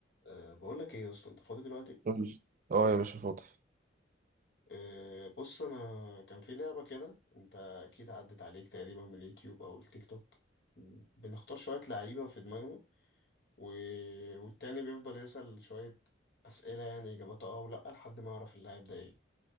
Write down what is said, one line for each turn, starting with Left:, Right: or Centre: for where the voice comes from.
Left: أه بقول لك ايه يا اسطى انت فاضي دلوقتي
Right: قول لي اه يا باشا فاضي
Left: أه بص انا كان في لعبه كده انت اكيد عدت عليك تقريبا من اليوتيوب او التيك توك بنختار شويه لعيبه في دماغنا و... والتاني بيفضل يسأل شويه اسئله يعني اجاباتها اه ولا لحد ما يعرف اللاعب ده ايه